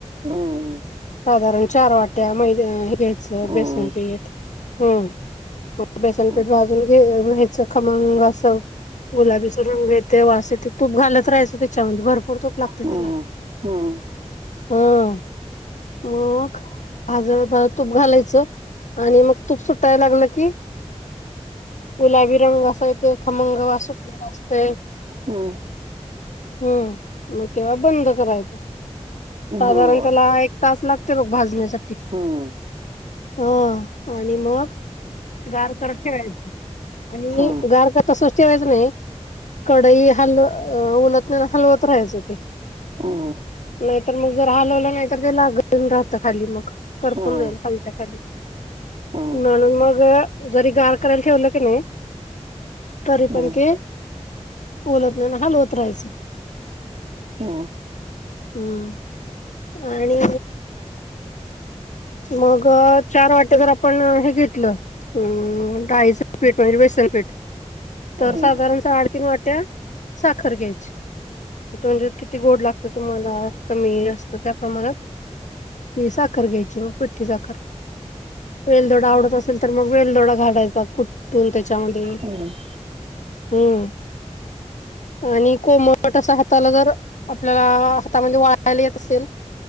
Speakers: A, on the right (about 60°); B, on the left (about 85°).
A: हो..
B: साधारण चार वाट्या मैदा हे घ्यायचं
A: हम्म
B: बेसनपीठ हम्म.. बेसनपीठ
A: हम्म
B: भाजून घ्यायचं खमंग अस गुलाबीचा रंग येतय वास येतय तूप घाल राहायचं त्याच्यामध्ये भरपर तूप लागतय
A: हम्म हम्म
B: हा मग भाज तूप घालायचं आणि मग तूप सुटायला लागलं की गुलाबी रंग असा येतोय खमंग वास सुटलेला असतोय
A: हम्म
B: हम्म मग तेव्हा बंद करायचं साधारण
A: बर
B: त्याला एक तास लागतोय बघ भाजण्यासाठी
A: हम्म
B: हा आणि मग गारकत ठेवायचं आणि
A: हा.
B: गार तर तसच ठेवायचं नाही कडई हलव उल्हतन्यानं हलवत राहायचं ते
A: हम्म
B: नायतर मग जर हलवलं नाय तर ते लागत राहत खाली मग करपून
A: हम्म
B: जाईल खालच्या खाली.
A: हम्म.
B: म्हणून मग जरी गार करायला ठेवलं की नाय तरी
A: हम्म
B: पण ते उलतण्यान हालवत राहायचं.
A: हम्म
B: हम्म आणि मग चार वाट्या जर आपण हे घेतलं अ डाळीच पीठ म्हणजे बेसन पीठ
A: हम्म.
B: तर साधारण साडे तीन वाट्या साखर घ्यायची म्हणजे किती गोड लागत तुम्हाला कमी असत त्या प्रमाणात ती साखर घ्यायची म पिट्टी साखर वेलदोडा
A: हम्म
B: आवडत असेल तर मग वेलदोडा घालायचा कुठून त्याच्यामध्ये
A: हम्म.
B: हूं आणि कोमट असं हाताला जर आपल्याला हातामध्ये वाळायला येत असेल